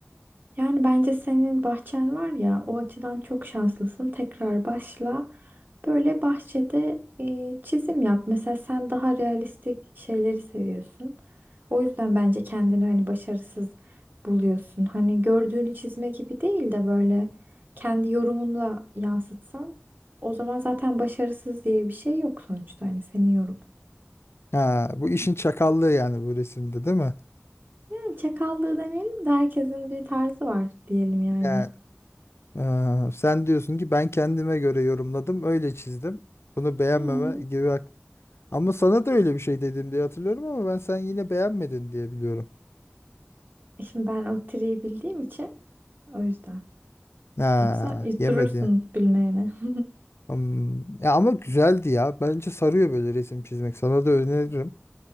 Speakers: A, on the right; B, on the left.
A: Yani bence senin bahçen var ya o açıdan çok şanslısın. Tekrar başla. Böyle bahçede e, çizim yap. Mesela sen daha realistik şeyleri seviyorsun. O yüzden bence kendini hani başarısız buluyorsun. Hani gördüğünü çizme gibi değil de böyle kendi yorumunla yansıtsan o zaman zaten başarısız diye bir şey yok sonuçta. Hani senin yorumun.
B: Ha, bu işin çakallığı yani bu resimde değil mi?
A: Yani çakallığı demeyelim de herkesin bir tarzı var diyelim yani.
B: Yani, eee, sen diyorsun ki ben kendime göre yorumladım, öyle çizdim. Bunu beğenmeme
A: Hmm.
B: gibi hak. Ama sana da öyle bir şey dedim diye hatırlıyorum ama ben sen yine beğenmedin diye biliyorum.
A: Şimdi ben o triyi bildiğim için o yüzden.
B: Ha,
A: Yoksa
B: yemedi.
A: durursun bilmeyene. <laughs>
B: Hmm, Ya ama güzeldi ya. Bence sarıyor böyle resim çizmek. Sana da öneririm.